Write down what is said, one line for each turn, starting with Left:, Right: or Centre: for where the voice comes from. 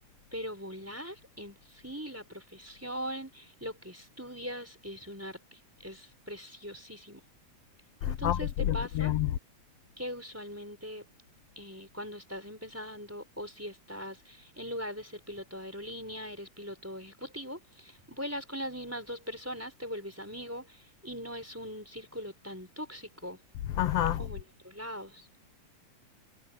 Centre: Pero volar en sí, la profesión, lo que estudias es un arte, es preciosísimo. Entonces
Left: Ay,
Centre: te
Left: que lo
Centre: pasa
Left: crean.
Centre: que usualmente eh, cuando estás empezando o si estás en lugar de ser piloto de aerolínea, eres piloto ejecutivo, vuelas con las mismas dos personas, te vuelves amigo y no es un círculo tan tóxico
Left: Ajá.
Centre: como en otros lados.